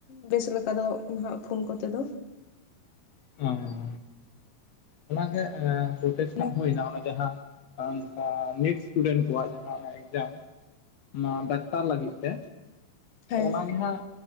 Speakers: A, on the left; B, on the left.
A: ᱵᱮᱥ ᱞᱮᱠᱟ ᱫᱚ ᱱᱟᱦᱟᱜ ᱯᱷᱳᱱ ᱠᱚᱛᱮ ᱫᱚ᱾
B: ᱦᱮᱸ ᱾ ᱚᱱᱟ ᱜᱮ ᱯᱨᱴᱮᱥᱴ
A: ᱦᱮᱸ
B: ᱦᱟᱸᱜ ᱦᱩᱭᱱᱟ, ᱚᱱᱟ ᱜᱮ ᱡᱟᱦᱟᱸ ᱟᱨ ᱚᱱᱠᱟ ᱱᱤᱴ ᱥᱴᱩᱰᱮᱱᱴ ᱠᱚᱣᱟᱜ ᱡᱟᱦᱟᱸ ᱮᱠᱡᱟᱢ ᱱᱚᱣᱟ ᱰᱟᱠᱛᱟᱨ ᱞᱟᱹᱜᱤᱫ ᱛᱮ
A: ᱦᱮᱸ
B: ᱚᱱᱟ ᱜᱮ ᱦᱟᱸᱜ